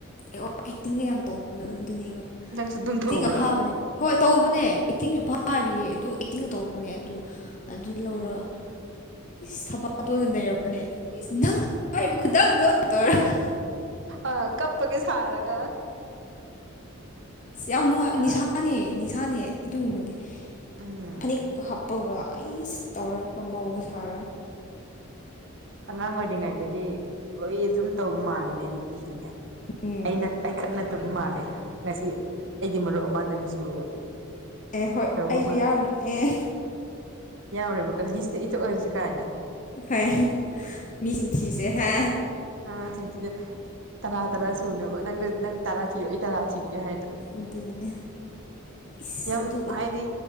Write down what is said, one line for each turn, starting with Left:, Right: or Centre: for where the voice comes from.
Left: ꯑꯦ ꯑꯣ ꯑꯦꯛꯇꯤꯡꯒ ꯌꯥꯝ ꯇꯧꯕꯗꯣ ꯑꯗꯨ ꯑꯗꯨꯅꯦꯕ
Right: ꯅꯪꯁꯨ ꯑꯗꯨꯝ
Left: ꯑꯦꯛꯇꯤꯡꯒ
Right: ꯇꯧꯕ꯭ꯔꯥ
Left: ꯐꯥꯕꯅꯦ ꯍꯣꯏ ꯇꯧꯕꯅꯦ ꯑꯦꯛꯇꯤꯡꯁꯨ ꯐꯥꯔꯤꯌꯦ ꯑꯗꯨ ꯑꯦꯛꯇꯤꯡꯒ ꯇꯧꯕꯅꯦ ꯑꯗꯨ ꯑꯗꯨ ꯂꯧꯔꯒ
Right: ꯎꯝ
Left: ꯏꯁ ꯊꯕꯥꯇꯣꯟꯅ ꯅꯩꯔꯛꯄꯅꯦ ꯏꯁ ꯅꯪꯅ ꯄꯥꯏꯔꯤꯕ ꯈꯨꯗꯥꯡꯗꯣ ꯇꯧꯔꯒ
Right: ꯑ ꯀꯞꯄꯒ ꯁꯥꯔꯒ
Left: ꯏꯁ ꯌꯥꯝ ꯅꯨꯡꯉꯥꯏ
Right: ꯑ
Left: ꯅꯤꯁꯥꯅꯦ ꯅꯤꯁꯥꯅꯦ ꯑꯗꯨꯒꯨꯝꯕꯗꯤ
Right: ꯎꯝ
Left: ꯐꯅꯦꯛꯀ ꯍꯥꯞꯄꯒ ꯑꯩꯁ ꯇꯧꯔꯒ ꯃꯧꯒ ꯁꯥꯔ
Right: ꯑꯉꯥꯡ ꯑꯣꯏꯔꯤꯉꯩꯗꯗꯤ ꯂꯣꯏ ꯑꯗꯨꯝ ꯇꯧꯕ ꯃꯥꯜꯂꯤꯅꯦ ꯅꯨꯄꯤꯁꯤꯡꯁꯦ
Left: ꯎꯝ
Right: ꯑꯩꯅ ꯑꯩꯈꯛ ꯅꯠꯇꯕ ꯃꯥꯜꯂꯦ ꯉꯁꯤ ꯑꯩꯒꯤ ꯃꯔꯨꯞ ꯑꯃ ꯅꯪꯁꯨ
Left: ꯑꯦ ꯍꯣꯏ
Right: ꯇꯧꯕ
Left: ꯑꯩꯁꯨ
Right: ꯃꯥꯜꯂꯦ
Left: ꯌꯥꯎꯔꯤ ꯑꯦ
Right: ꯌꯥꯎꯔꯦꯕꯀꯣ ꯂꯤꯁꯇ ꯏꯊꯣꯛ ꯑꯁꯤ ꯀꯥꯏꯅ
Left: ꯐꯩꯌꯦ ꯃꯤ ꯃꯁꯤꯡ ꯊꯤꯁꯦ ꯍꯦ
Right: ꯑꯥ ꯊꯤꯖꯤꯁꯦ ꯇꯔꯥ ꯇꯔꯥ ꯁꯨꯅꯕ ꯅꯪꯒ ꯅꯪ ꯇꯔꯥ ꯊꯤꯑꯣ ꯑꯩ ꯇꯔꯥ ꯊꯤꯔꯒꯦ ꯍꯥꯏꯅ
Left: ꯑꯗꯨꯅꯦ ꯏꯁ
Right: ꯌꯥꯝ
Left: ꯑꯗꯨ ꯑꯗꯨ
Right: ꯍꯥꯏꯗꯤ